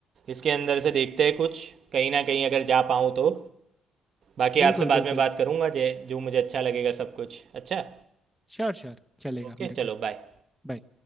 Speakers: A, on the right; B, in the centre.
A: इसके अंदर से देखते हैं कुछ कहीं ना कहीं अगर जा पाऊँ तो बाकी
B: बिल्कुल
A: आपसे बाद
B: बिल्कुल
A: में बात करूँगा जे जो मुझे अच्छा लगेगा सब कुछ अच्छा
B: श्योर श्योर चलेगा
A: ओके
B: मेरे
A: चलो
B: को
A: बाय
B: Bye.